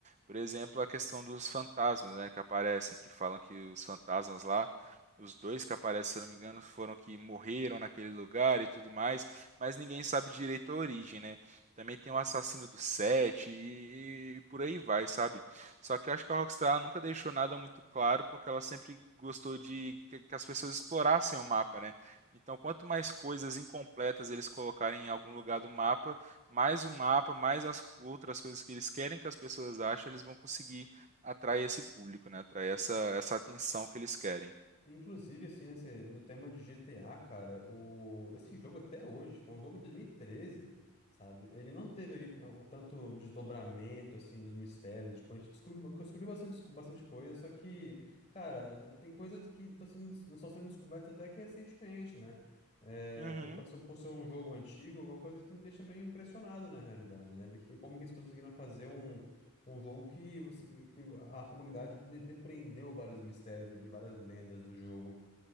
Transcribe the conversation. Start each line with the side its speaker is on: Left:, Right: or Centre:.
Right: Por exemplo, a questão dos fantasmas, né, que aparecem, que falam que os fantasmas lá os dois que aparecem, se eu não me engano, foram que morreram naquele lugar e tudo mais, mas ninguém sabe direito a origem, né? Também tem o assassino do Sete e, e por aí vai, sabe? Só que eu acho que a Rockstar ela nunca deixou nada muito claro, porque ela sempre gostou de que, que as pessoas explorassem o mapa, né? Então, quanto mais coisas incompletas eles colocarem em algum lugar do mapa, mais o mapa, mais as outras coisas que eles querem que as pessoas achem, eles vão conseguir atrair esse público, né? Atrair essa, essa atenção que eles querem.
Left: Inclusive, assim, nesse, no tema de GTA, cara, o, esse jogo até hoje, tipo, é um jogo de dois mil e treze sabe? Ele não teve ali ah, um tanto desdobramento, assim, dos mistérios. Tipo, a gente descobriu, descobriu bastante, bastante coisa, só que, cara, tem coisas que estão sendo, estão sendo descobertas até que recentemente, né? É,
Right: Uhum.
Left: por, por ser por ser um jogo antigo, é uma coisa que me deixa meio impressionado, na realidade, né? Ver que, como que eles conseguiram fazer um um jogo que, você, que a comunidade de- depreendeu vários mistérios ali, várias lendas do jogo.